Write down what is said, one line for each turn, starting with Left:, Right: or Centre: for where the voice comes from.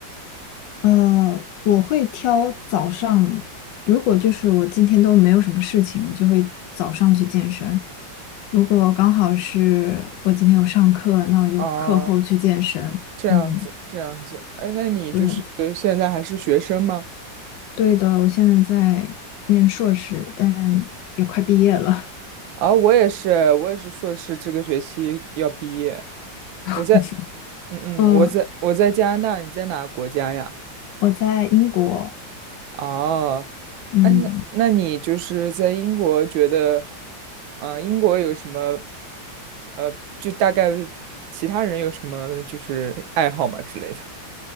Left: 呃，我会挑早上，如果就是我今天都没有什么事情，我就会早上去健身。如果刚好是我今天有上课，那我就课后去健身。
Right: 哦，这样子，
Left: 嗯，
Right: 这样子，哎，那你就是现在还是学生吗？
Left: 对，对的，我现在在念硕士，但也快毕业了。
Right: 啊、我也是，我也是硕士，这个学期要毕业。
Left: <laughs>
Right: 我在，嗯嗯，
Left: 嗯，
Right: 我在我在加拿大，你在哪个国家呀？
Left: 我在英国。
Right: 哦，
Left: 嗯。
Right: 哎，那那你就是在英国觉得，啊、英国有什么，呃，就大概其他人有什么就是爱好嘛之类的？